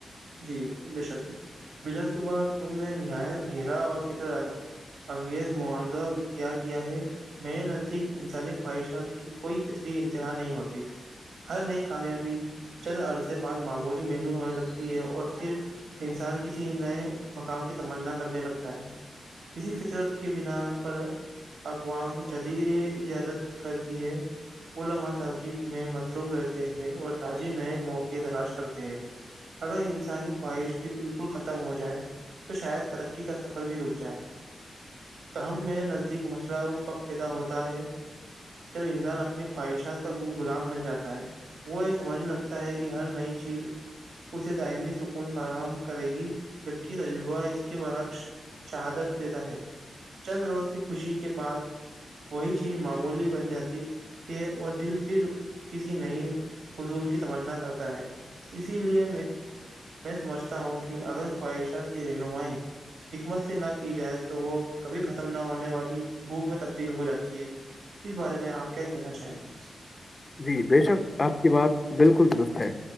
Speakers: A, on the right (about 85°); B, on the left (about 35°).
A: جی بے شک بلا صبح تم نے نہایت گھیرا اور فکر انگیز معضہ اختیار کیا ہے <unintelligible> میرے نزدیک انسانی خواہشات کی کوئی فطری انتہا نہیں ہوتی ہر نئی کامیابی چند عرصے بعد معمولی محسوس ہونے لگ ہے اور پھر انسان کسی نئے مقام کی تمنا کرنے لگتا ہے کسی فطرت کے بنا پر اقوام جدید اجازت کرتی ہے وہ لمحہ تحقیق میں مصروف رہتے ہیں اور تاجی نئے موقعے تلاش کرتے ہیں اگر انسانی خواہش بھی بالکل ختم ہو جائے تو شاید ترقی کا سفر بھی رک جائے ت ہمم میں نزدیک مسئلہ اس وقت پیدا ہوتا ہے جب انسان اپنی خواہشات کا غلام بن جاتا ہے وہ یہ سمجھنے لگتا ہے کہ ہر نئی چیز اسے دائمی سکون فراہم کرے گی جبک تجربہ اس کے برعکش شہادت دیتا ہے چند روز کی خوشی کے بعد وہی چیز معمولی بن جاتی یہ اور دل پھر کسی نئی حضول کی تمنا کرتا ہے اسی لیے میں میں سمجھتا ہوں کہ اگر خواہشات کی رہنمائی حکمت سے نہ کی جائے تو وہ کبھی ختم نہ ہونے والی بھوک میں تبدیل ہو جاتی ہے اس بارے میں آپ کیا کہنا چاہیں گے
B: جی بے شک آپ کی بات بالکل درست ہے